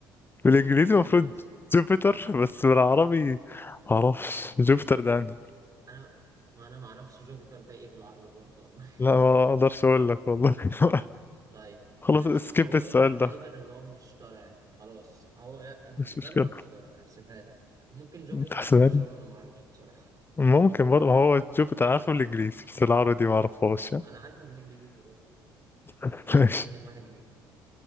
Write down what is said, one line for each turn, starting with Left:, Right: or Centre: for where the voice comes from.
Left: بالانجليزي
Right: قول بالانجليزي
Left: المفروض جوبيتر بس بالعربي معرفش جوبيتر ده يعني
Right: انا ما انا ما اعرفش جوبيتر ده ايه بالعربي برضه والله
Left: لا ما اقدرش اقول لك والله <laughs>
Right: <laughs> طيب
Left: خلاص
Right: ماشي
Left: سكيب
Right: هو جوبيتر
Left: السؤال
Right: غالبا
Left: ده
Right: اللي هو المشتري يعني خلاص هو غ... الم-
Left: مش
Right: الاجابة
Left: مشكله
Right: المشتري هحسبها لك ممكن جوبيتر
Left: تحسبها
Right: يعني المشتري
Left: لي
Right: انا ما اعرفش بصراحة
Left: ممكن برضه ما هو جوبيتر عارفه بالانجليزي بس العربي دي ما اعرفهاش يعني
Right: انا عارفه بالانجليزي برضه ماشي.
Left: <laughs>
Right: خلاص
Left: ماشي
Right: كده اتنين واحد ليه